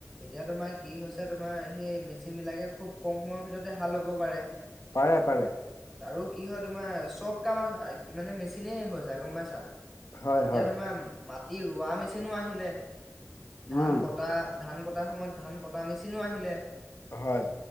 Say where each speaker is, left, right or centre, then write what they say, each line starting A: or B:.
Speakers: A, in the centre; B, on the left (about 60°).
A: এতিয়া তোমাক কি হৈছে তোমাৰ সেই মেচিন বিলাকে খুব কম সময়ৰ ভিতৰতে হাল বাব পাৰে।
B: পাৰে, পাৰে।
A: আৰু কি হয় তোমাৰ চব কাম আছে মানে মেচিনেই হৈ যায় গম পাইছা। এতিয়া
B: হয় হয়
A: তোমাৰ মাটি ৰোৱা মেচিনো আহিলে। ধান
B: উম
A: কটা ধান কটাৰ সময়ত ধান কটা মেচিনো আহিলে।
B: হয়।